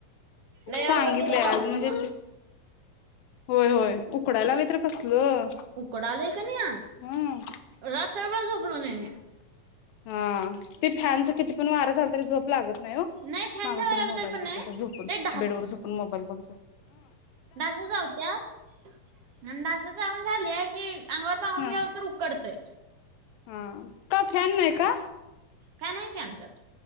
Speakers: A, on the right; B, on the left.
A: लय
B: सांगितलंय
A: अवघड केलेय
B: आज
A: पावसान.
B: म्हणजे होय होय उकडायला लागले तर कसलं.
A: उकडालेकन आ
B: ह
A: रस्त दुखडव देने
B: हा ते फॅनच किती पण वारा झाल तरी झोप लागत नाही हो
A: नाही फॅनच्या
B: मामा
A: वाऱ्याबद्दल
B: सग मोबाईल
A: पण
B: बघ
A: नाही
B: जा झोपून
A: लय
B: बेड वर झोपून मोबाईल बघ जा.
A: डास चावत्यात. अन डास चाऊन झालं की अंगावर पांघरून
B: ह
A: घ्याव तर उकडतंय.
B: हा का फॅन नाही का?
A: फॅन हाय की आमच्याात.